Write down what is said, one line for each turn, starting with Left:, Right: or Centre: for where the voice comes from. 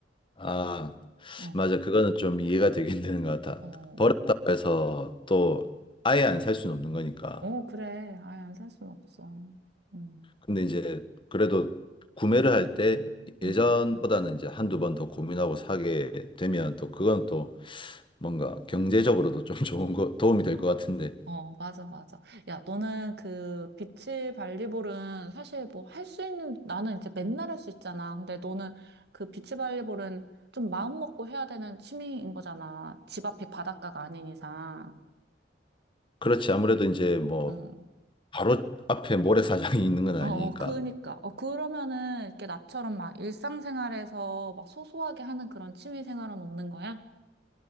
Left: 아,
Right: 어,
Left: 맞아. 그거는 좀 이해가 되긴 <laughs> 되는 것 같아.
Right: 어,
Left: 버렸다고 해서 또 아예 안 살 수는 없는 거니까.
Right: 어, 그래. 아예 안살 수는 없어. 음,
Left: 근데 이제 그래도 구매를 할 때
Right: 음.
Left: 예전보다는 이제 한두 번 더 고민하고 사게 되면 또 그건 또 뭔가 경제적으로도 좀 <laughs> 좋은 거, 도움이 될 것 같은데.
Right: 어, 맞아, 맞아. 야, 너는 그 비치 발리볼은 사실 뭐 할 수 있는, 나는 이제 맨날 할 수 있잖아. 근데 너는 그 비치 발리볼은 좀 마음 먹고 해야 되는 취미인 거잖아. 집 앞이 바닷가가 아닌 이상.
Left: 그렇지. 아무래도 이제 뭐
Right: 응.
Left: 바로 앞에 모래사장이 <laughs> 있는 건 아니니까.
Right: 어, 어, 그니까. 어, 그러면은 이렇게 나처럼 막 일상생활에서 막 소소하게 하는 그런 취미 생활은 없는 거야?